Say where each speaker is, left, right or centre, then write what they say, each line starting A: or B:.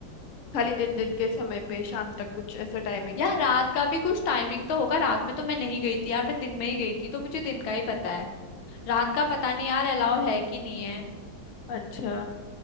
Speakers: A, on the left; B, on the left.
A: खाली दिन दिन के समय पे शाम तक कुछ ऐसा टाइमिंग
B: यार रात का भी कुछ टाइमिंग तो होगा रात में तो मैं नहीं गई थी यार मैं दिन में ही गई थी तो मुझे दिन का ही पता है रात का पता नहीं यार अलाउ है कि नहीं है
A: अच्छा